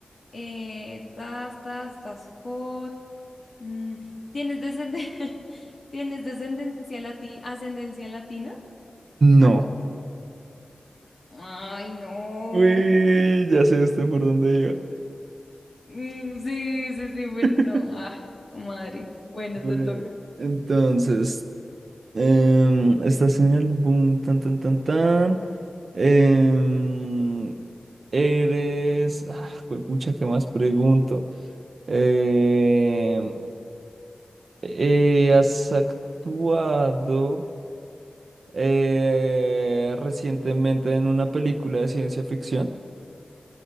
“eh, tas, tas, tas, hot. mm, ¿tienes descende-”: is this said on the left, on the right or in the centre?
Left